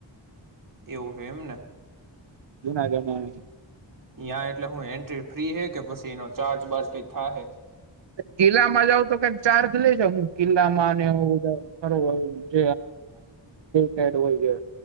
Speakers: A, on the right (about 45°); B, on the right (about 65°).
A: એવું હોય એમ ને
B: જૂનાગઢમાં.
A: યાં એટલે હું એન્ટ્રી ફ્રી હૈ કે? પછી એનો ચાર્જ બાજ કંઈ થા હૈ?
B: કિલ્લામાં જાવ તો કક ચાર્જ લે છે, અમુક કિલ્લામાં અને બધુ જ ફી હોય.